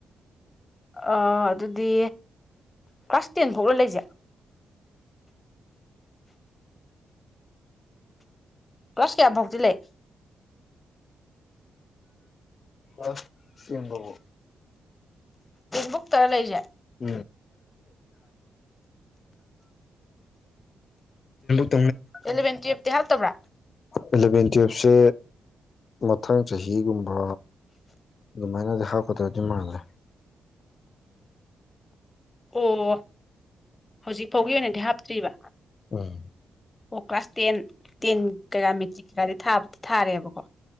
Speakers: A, on the left; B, on the left.
A: ꯑ ꯑꯗꯨꯗꯤ ꯀ꯭ꯂꯥꯁ ꯇꯦꯟ ꯐꯥꯎꯂ ꯂꯩꯁꯦ ꯀ꯭ꯂꯥꯁ ꯀꯌꯥꯕꯥꯎꯇꯤ ꯂꯩ
B: ꯑ ꯇꯦꯟꯕꯥꯎꯕ
A: ꯕꯨꯛꯇꯔ ꯂꯩꯁꯦ
B: ꯎ ꯇꯦꯟꯕꯛ
A: ꯑꯦꯂꯕꯦꯟꯇ ꯇ꯭ꯌꯦꯞꯇꯤ ꯍꯥꯞꯇꯕ꯭ꯔꯥ
B: ꯑꯦꯂꯚꯦꯟ ꯇꯨꯌꯦꯜꯞꯁꯦ ꯃꯊꯪ ꯆꯍꯤꯒꯨꯝꯕ ꯑꯗꯨꯃꯥꯏꯅꯗꯤ ꯍꯥꯞꯀꯗ꯭ꯔꯗꯤ ꯃꯥꯜꯂꯦ
A: ꯑꯣ ꯍꯧꯖꯤꯛ ꯐꯥꯎꯒꯤ ꯑꯣꯏꯅꯗꯤ ꯍꯥꯞꯇ꯭ꯔꯤꯕ
B: ꯎꯝ
A: ꯑꯣ ꯀ꯭ꯂꯥꯁ ꯇꯦꯟ ꯇꯦꯟ ꯀ ꯃꯦꯇ꯭ꯔꯤꯛ ꯀꯗꯤ ꯊꯥꯕ ꯊꯥꯔꯦꯕꯀꯣ